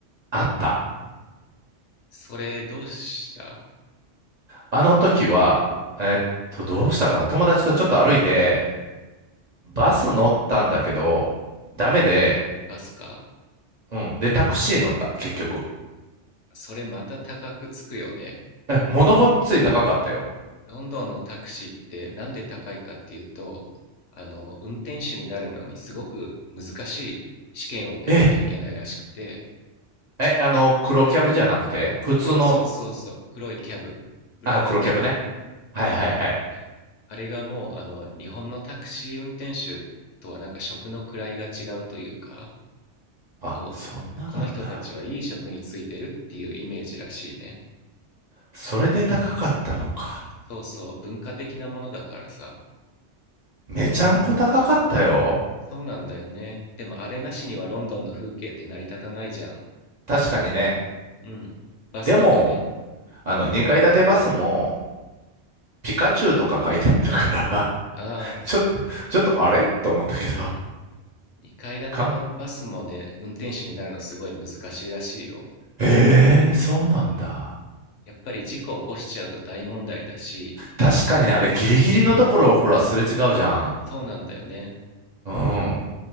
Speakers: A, on the right (about 50°); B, on the left (about 80°).
A: あった。
B: それどうした
A: あの時は、えっと、どうしたかな友達とちょっと歩いて、バス乗ったんだけど、ダメで、
B: バスか。
A: うん。で、タクシー乗った、結局。
B: それまた高くつくよね。
A: え、物ごっつい高かったよ。
B: ロンドンのタクシーってなんで高いかっていうと、あの、運転手になるのにすごく難しい試験を受けなきゃいけないらしくて、
A: え、え、あの、黒キャブじゃなくて、普通の、
B: そうそうそうそう、黒いキャブ、ブラックキャブ、
A: あ、黒キャブね。はいはいはい。
B: うん、あれがもう、あの、日本のタクシー運転手とはなんか職の位が違うというか、
A: あ、
B: こう、
A: そんななんだ。
B: この人たちはいい職についてるっていうイメージらしいね。
A: それで高かったのか。
B: そうそう、文化的なものだからさ。
A: めちゃんこ高かったよ。
B: そうなんだよね。でもあれなしにはロンドンの風景って成り立たないじゃん。
A: 確かにね。
B: うん。バスとかね。
A: でも、あの、2階建てバスも、ピカチュウとか書いてあったから
B: ああ、
A: <laughs> ちょ、ちょっとあれと思ったけど、
B: 2階建てのバスもね、
A: かん、
B: 運転手になるのすごい難しいらしいよ。
A: えー、そうなんだ。
B: やっぱり事故起こしちゃうと大問題だし、
A: 確かにね、あれギリギリのところをほら、すれ違うじゃん。
B: そうなんだよね。
A: うん。